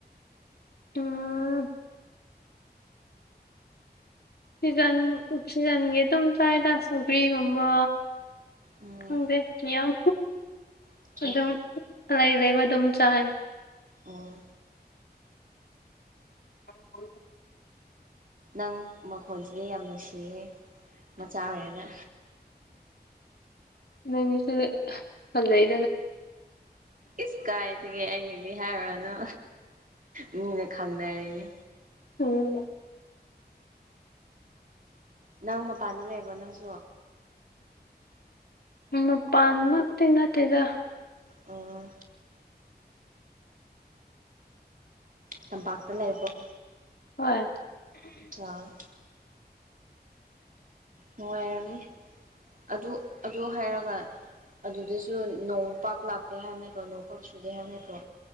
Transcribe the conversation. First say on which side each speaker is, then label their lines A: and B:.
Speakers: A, on the left; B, on the right.
A: <unintelligible> ꯁꯤꯖꯟ ꯁꯤꯖꯟꯒꯤ ꯑꯗꯨꯝ ꯆꯥꯏꯗ ꯁꯧꯒ꯭ꯔꯤꯒꯨꯝꯕ
B: ꯎꯝ
A: ꯈꯪꯗꯦ ꯃꯤꯌꯥꯝ
B: ꯑꯆꯥ
A: ꯑꯗꯨꯝ ꯑꯔꯩ ꯑꯔꯩꯕ ꯑꯗꯨꯝ ꯆꯥꯏ
B: ꯑꯣ
A: <unintelligible>
B: ꯅꯪ ꯃꯈꯣꯜꯁꯤꯗꯤ ꯌꯥꯝ ꯅꯨꯡꯁꯤꯌꯦ ꯃꯆꯥ ꯑꯣꯏꯔꯒ
A: ꯅꯪꯒꯤꯁꯨ ꯐꯖꯩ
B: ꯏꯁ ꯀꯥꯏꯗꯒꯤ ꯑꯩꯒꯤꯗꯤ ꯍꯥꯏꯔꯨꯔꯅꯨ ꯃꯤꯅ ꯈꯪꯅꯔꯤꯅꯤ
A: ꯎꯝ
B: ꯅꯪ ꯃꯄꯥꯟꯗ ꯂꯩꯕꯔꯣ ꯅꯪꯁꯨ
A: ꯃꯄꯥꯟꯃꯛꯇꯤ ꯅꯠꯇꯦꯗ
B: ꯑꯣ ꯇꯝꯄꯥꯛꯇ ꯂꯩꯕ꯭ꯔꯣ
A: ꯍꯣꯏ
B: <unintelligible> ꯅꯨꯡꯉꯥꯏꯔꯝꯅꯤ ꯑꯗꯨ ꯑꯗꯨ ꯍꯥꯏꯔꯒ ꯑꯗꯨꯗꯁꯨ ꯅꯣꯡꯄꯥꯛꯥꯛ ꯂꯥꯛꯇꯦ ꯍꯥꯏꯕ ꯅꯠꯇ꯭ꯔꯣ ꯅꯣꯡꯄꯥꯛ ꯁꯨꯗꯦ ꯍꯥꯏꯕ ꯅꯠꯇ꯭ꯔꯣ